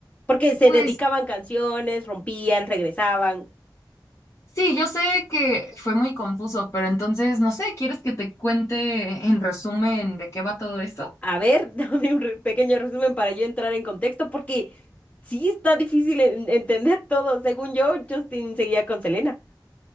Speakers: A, on the left (about 15°); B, on the left (about 35°).
A: porque se
B: Pues
A: dedicaban canciones, rompían, regresaban.
B: Sí, yo sé que fue muy confuso, pero entonces, no sé, ¿quieres que te cuente en resumen de qué va todo esto?
A: A ver, <laughs> dame un re- pequeño resumen para yo entrar en contexto, porque sí está difícil en- entender todo. Según yo, Justin seguía con Selena.